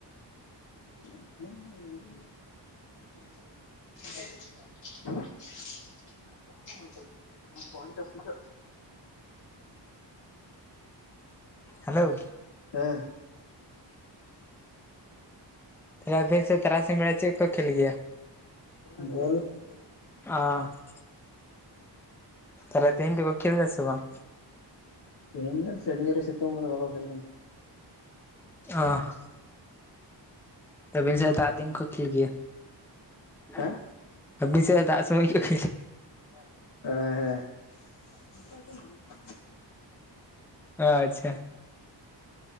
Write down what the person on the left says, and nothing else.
<inaudible> <unintelligible>
ᱦᱮᱸ
<inaudible> <inaudible>
ᱛᱮᱦᱮᱧ ᱫᱚ ᱥᱮᱰᱤᱭᱟᱹ ᱨᱮ ᱥᱤᱛᱩᱝ ᱠᱟᱫᱟ ᱵᱟᱠᱚ ᱠᱷᱮᱞ ᱠᱟᱱᱟ
ᱦᱮᱸ
<unintelligible> <unintelligible>